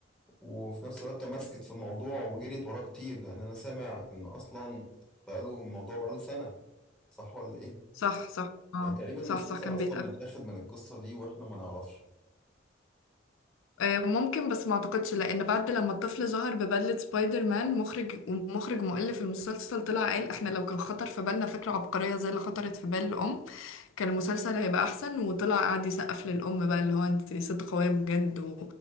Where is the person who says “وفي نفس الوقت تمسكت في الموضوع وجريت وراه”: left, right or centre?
Centre